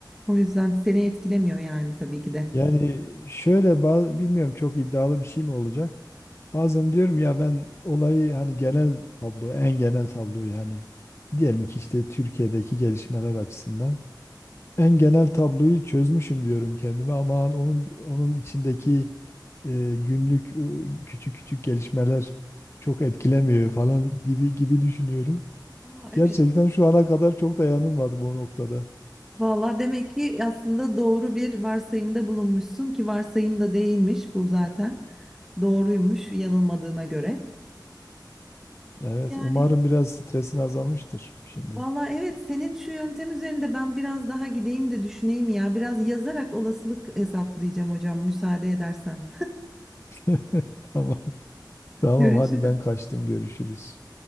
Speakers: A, in the centre; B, on the left.
A: O yüzden seni etkilemiyor yani tabii ki de.
B: Yani şöyle bazı, bilmiyorum çok iddialı bir şey mi olacak? Bazen diyorum ya ben olayı hani genel tablo, en genel tabloyu hani diyelim ki işte Türkiye'deki gelişmeler açısından en genel tabloyu çözmüşüm diyorum kendime ama onun onun içindeki e, günlük o küçük küçük gelişmeler çok etkilemiyor falan gibi gibi düşünüyorum.
A: Aa, evet.
B: Gerçekten şu ana kadar çok da yanılmadım o noktada.
A: Valla demek ki aslında doğru bir varsayımda bulunmuşsun ki varsayım da değilmiş bu zaten. Doğruymuş yanılmadığına göre.
B: Evet,
A: Yani
B: umarım biraz stresin azalmıştır şimdi.
A: valla evet senin şu yöntem üzerinde ben biraz daha gideyim de düşüneyim ya. Biraz yazarak olasılık hesaplayacağım hocam müsaade edersen.
B: <laughs> Tamam. Tamam
A: Görüşürüz.
B: hadi ben kaçtım görüşürüz.